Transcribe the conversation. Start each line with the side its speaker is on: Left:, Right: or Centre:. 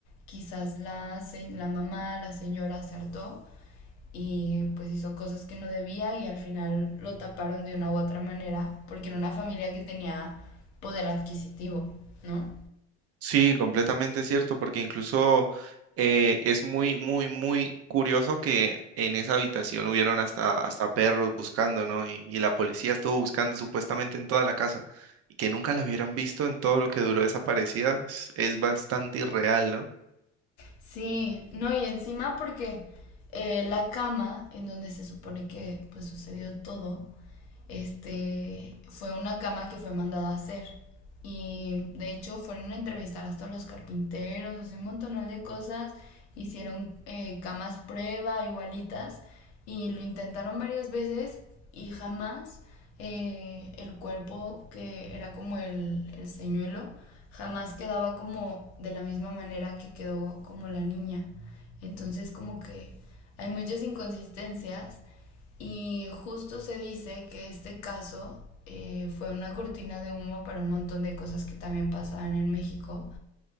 Left: quizás la, se- la mamá, la señora, se hartó y pues hizo cosas que no debía y al final lo taparon de una u otra manera porque era una familia que tenía poder adquisitivo, ¿no?
Right: Sí, completamente cierto, porque incluso eh, es muy, muy, muy curioso que en esa habitación hubieron hasta, hasta perros buscando, ¿no? Y, y la policía estuvo buscando supuestamente en toda la casa y que nunca la hubieran visto en todo lo que duró desaparecida es, es bastante irreal, ¿no?
Left: Sí, no, y encima porque eh, la cama en donde se supone que pues sucedió todo este, fue una cama que fue mandada a hacer. Y de hecho fueron a entrevistar hasta los carpinteros, así un montón de cosas. Hicieron eh, camas prueba, igualitas, y lo intentaron varias veces y jamás eh, el cuerpo que era como el, el señuelo, jamás quedaba como de la misma manera que quedó como la niña. Entonces como que hay muchas inconsistencias y justo se dice que este caso eh, fue una cortina de humo para un montón de cosas que también pasaban en México.